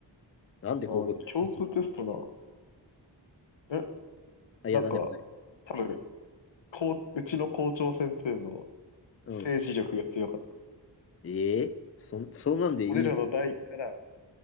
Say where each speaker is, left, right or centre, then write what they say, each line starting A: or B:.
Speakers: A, on the left; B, on the left.
A: うなんで高校で受けさせる
B: あ、共通テストな。え、
A: あ、いや、
B: なんか、
A: なんでもない。
B: 多分、こう、うちの校長先生の
A: うん。
B: 政治力が強かった。
A: ええー、そん、そんなんでいいん
B: 俺らの代から、